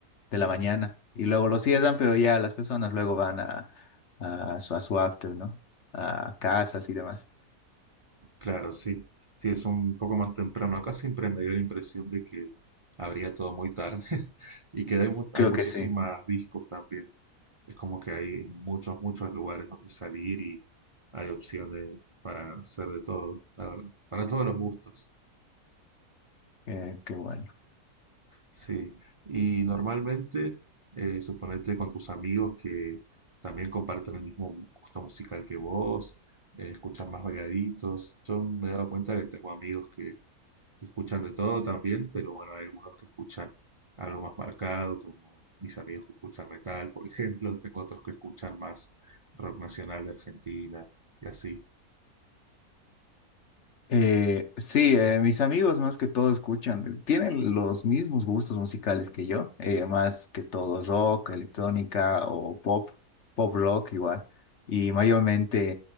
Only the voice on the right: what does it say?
Claro, sí. Sí, es un poco más temprano. Acá siempre me dio la impresión de que habría todo muy tarde <laughs> y que hay, mu-
hay muchísimas
discos también. Es como que hay muchos, muchos lugares donde salir y hay opciones para hacer de todo, la verdad, para todos los gustos.
Sí, y normalmente, eh, suponete con tus amigos que también comparten el mismo mu- gusto musical que vos, eh, escuchan más variaditos. Yo me he dado cuenta que tengo amigos que, que escuchan de todo también, pero bueno, hay algunos que escuchan algo más marcado, como mis amigos que escuchan metal, por ejemplo. Tengo otros que escuchan más rock nacional de Argentina y así.